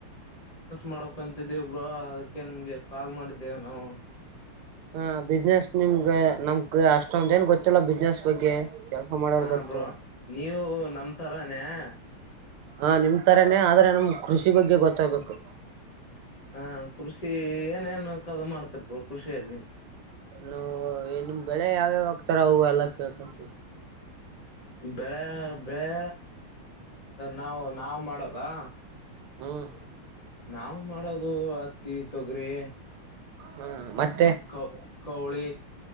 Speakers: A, on the left; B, on the right.
A: ಮಾಡಕಂತಿದ್ದೇವಿ ಇಬ್ರೋ ಅದಕ್ಕೆ ನಿಮ್ಗೆ ಕಾಲ್ ಮಾಡಿದ್ದೇವೆ ನಾವು
B: ಹ ಬಿಸ್ನೆಸ್ ನಿಮ್ಗೆ ನಮ್ಕ್ ಅಷ್ಟೊಂದ ಏನ್ ಗೊತ್ತಿಲ್ಲ ಬಿಸ್ನೆಸ್ ಬಗ್ಗೆ ಕೆಲ್ಸ ಮಾಡೋದು
A: ಹ
B: ಗೊತ್ತು
A: ಬ್ರೋ ನೀವು ನಮತರ <unintelligible>
B: ಹಾ ನಿಮ ತರನನೆ ಆದ್ರೆ ನಮ್ ಕೃಷಿ ಬಗ್ಗೆ ಗೊತ್ತಾಗ್ಬೇಕು
A: ಹಾ ಕೃಷಿ ಏನೇನ್ ಕ ಮಾಡ್ತಿರ್ಬರು ಕೃಷಿಯಲ್ಲಿ
B: ನಾವು ನಿಮ್ ಬೆಳೆ ಯಾವ್ಯಾವ ಆಗ್ತೀರಾ ಹವು ಎಲ್ಲ ಕೇಳ್ಕಂತಿ
A: ಬೆಳೆ ಬೆಳೆ ನಾವು ನಾವು ಮಾಡೋದಾ
B: ಹ್ಮ್
A: ನಾವವು್ ಮಾಡೋದು ಹತ್ತಿ ತೊಗರಿ
B: ಹ್ಮ್ ಮತ್ತೆ
A: ಕ ಕವಳಿ